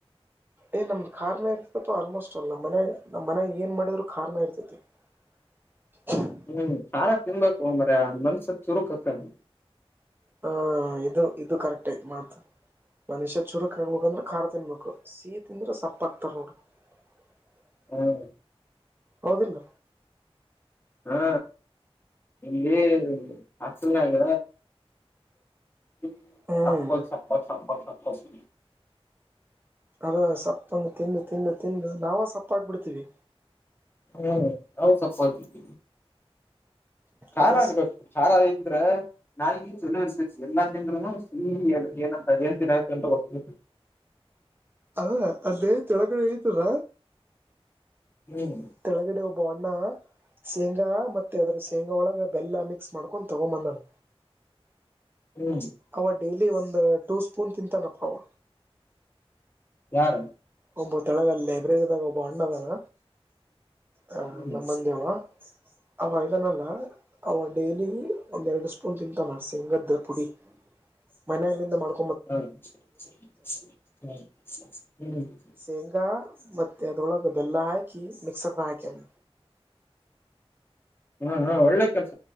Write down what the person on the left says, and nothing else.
ಹ್ಮ್ ಖಾರ ತಿನ್ಬೇಕು ಮಾರಾಯ ಅಂದ್ ಮನುಷ್ಯ ಚುರುಕ ಅಕ್ಕನ
ಹ್ಮ
ಹಾ ಇಲ್ಲಿ ಹಾಸ್ಟೆಲ್ನ್ಯಾಗ ಸ
ಸಪ್ಪ ಸಪ್ಪ ಸಪ್ಪ ಸಪ್ಪ ಸುಲಿ
ಹ್ಮ್ ಅವ ಸಪ್ಪಗತಿವಿ ಖಾರ
ಆಗ್ಬೇಕು ಖಾರ ಇದ್ರೆ ನಾಲಿಗಿ ಸರ್ ಎಲ್ಲಾ ತಿನ್ನು ಏ ಏನ್ನ್ ಆಯ ಅಂತ <unintelligible>
ಹ್ಮ್
ಹ್ಮ್
ಯಾರ
ಹ್ಮ್
ಹ್ಮ ಹ್ಮ ಹ್ಮ್
ಹಾ ಹಾ ಒಳ್ಳೆ ಕೆಲ್ಸ